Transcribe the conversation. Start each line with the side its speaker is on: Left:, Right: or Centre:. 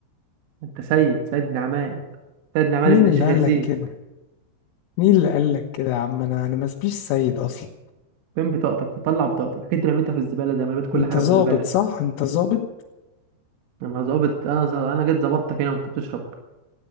Right: انت سيد سيد نعمان سيد نعمان
Left: مين
Right: ابن الشيخ
Left: اللي قالك
Right: ياسين
Left: كده مين اللي قالك كده يا عم انا انا ما اسبيش سيد اصلا
Right: فين بطاقتك تطلع بطاقتك اكيد رميتها في الزباله زي ما رميت كل
Left: انت
Right: حاجه
Left: ظابط
Right: في الزباله
Left: صح انت ظابط
Right: انا ظابط انا ز... انا جيت ظبطتك هنا وانت بتشرب